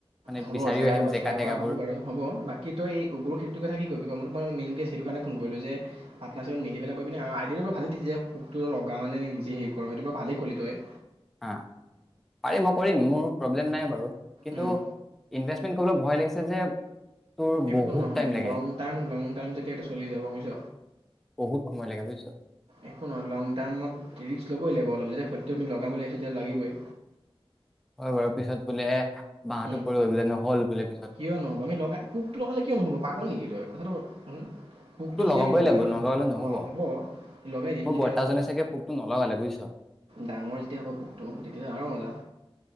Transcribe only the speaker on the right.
হ'ব
জেগাটো
বা
চোৱা
কৰা হব বাৰু হ'ব বাকী তো এই উগুৰ খেৰ কথা কি কিব মোৰ মেইন সেইটো কাৰণে ফোন কৰিলো যে পাটনাৰ চিপত মিলি পেলাই কৰিবি নে আইডিয়াটো ব ভালেইিল যেুকটো লগা মানে নিজে হেৰি কৰ সেইটো বাৰ ভালেই কলি তই
উম,
একো
নহয়
লং টাৰ্ম লং টাৰ্ম যেতিয়া এটো চলি যাব বুজিছ
একো নহয় লং টাৰ্মত ৰিক্স লবই লাগিব অলপ যেতিয়া সত্য আমি লগাম বুলি ভাবিছো তেতিয়া লাগিবই।
উম,
কিয় নহব আমি লগা পোকটো লগালে কিয় নহ'ব পাগল নেকি তই কথাটো পোকটো যেতিয়া
আমি লগাম
অ হ'ব লগাই দিম
যেতিয়া
ক
ডাঙৰ যেতিয়া হ'ব পোকটো তেতিয়া আৰু মজা